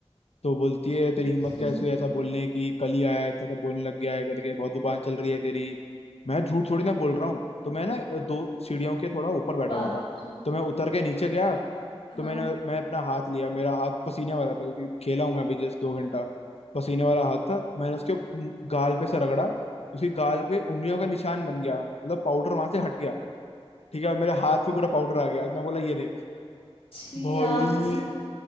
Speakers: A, on the left; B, on the left.
A: तो बोलती है तेरी हिम्मत
B: <laughs>
A: कैसे है ऐसा बोलने की कल ही आया है, इतना सब बोलने लग गया है करके बहुत जुबान चल रही है तेरी मैं झूठ थोड़ी ना बोल रहा हूँ तो मैं ना अ, दो सीढ़ियों के थोड़ा ऊपर बैठा
B: बाप
A: हुआ था
B: रे
A: तो मैं उतर के नीचे गया तो
B: हाँ
A: मैंने मैं अपना हाथ लिया मेरा हाथ पसीने वाला था क्योंकि खेला हूं मैं अभी जस्ट दो घंटा पसीने वाला हाथ था मैंने उसके उम, गाल पे से रगड़ा उसकी गाल पे उंगलियों का निशान बन गया मतलब पाउडर वहां से हट गया ठीक है मेरे हाथ पे पूरा पाउडर आ गया मैं बोला ये देख
B: छी
A: भाई
B: यार छी